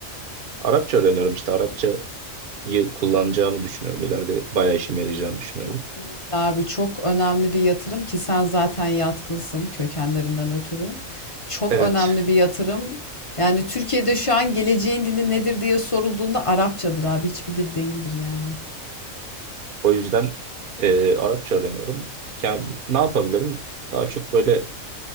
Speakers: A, on the right (about 45°); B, on the left (about 30°).
A: Arapça öğreniyorum işte Arapçayı kullanacağımı düşünüyorum. İleride bayağı işime yarayacağını düşünüyorum.
B: Kesinlikle abi çok önemli bir yatırım ki sen zaten yatkınsın kökenlerinden ötürü. Çok
A: Evet.
B: önemli bir yatırım. Yani Türkiye'de şu an geleceğin dili nedir diye sorulduğunda Arapçadır abi hiçbir dil değildir yani.
A: O yüzden e, Arapça öğreniyorum. Yani ne yapabilirim? Daha çok böyle